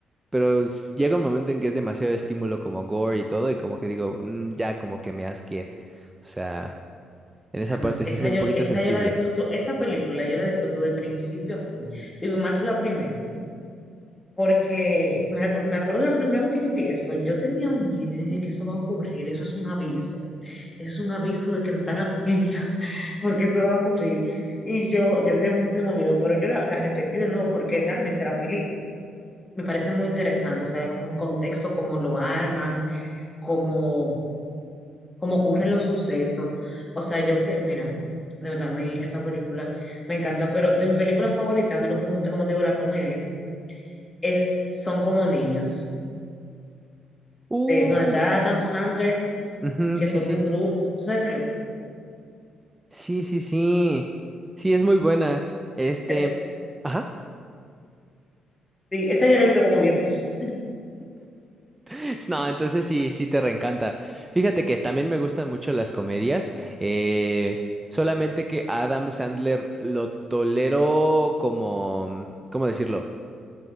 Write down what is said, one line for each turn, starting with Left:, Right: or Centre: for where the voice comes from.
Right: Pero s- llega un momento en que es demasiado estímulo como gore y todo, y como que digo, "Mm, ya como que me asqué. O sea, en esa
Left: Ah, no,
Right: parte
Left: es- esa
Right: sí soy
Left: yo,
Right: un poquito
Left: esa
Right: sensible.
Left: yo la disfruto, esa película yo la disfruto de principio a fin. Digo, más la primera. Porque me, recu- me acuerdo la primera vez que yo vi eso, yo tenía un miedo y dije que eso va a ocurrir, eso es un aviso, eso es un aviso de que nos están haciendo, <laughs> porque eso va a ocurrir. Y yo, yo tenía muchísimo miedo, pero yo la, la repetí de nuevo porque realmente la película me parece muy interesante, o sea, como el contexto, cómo lo arman, cómo, cómo ocurren los sucesos. O sea, yo que, mira, de verdad, a mí esa película me encanta, pero de mi película favorita, a mí lo que me gusta, como te digo, la comedia, es, son como niños.
Right: Uh,
Left: de- donde está Adam Sandler,
Right: Ujú,
Left: que
Right: sí,
Left: son
Right: sí.
Left: un grupo, ¿tú sabes qué?
Right: Sí, sí, sí. Sí, es muy buena. Este,
Left: es? Es- es-
Right: ajá.
Left: sí, esa yo la he visto como diez, veces.
Right: <laughs> No, entonces sí, sí te reencanta. Fíjate que también me gustan mucho las comedias. eh, solamente que Adam Sandler lo tolero como, mm, ¿cómo decirlo?